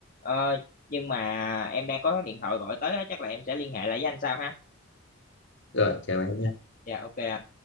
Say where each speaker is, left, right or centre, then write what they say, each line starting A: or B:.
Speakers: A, on the left; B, on the left.
A: Ờ, nhưng mà em đang có điện thoại gọi tới á, chắc là em sẽ liên hệ lại với anh sau ha
B: rồi chào em
A: dạ ok anh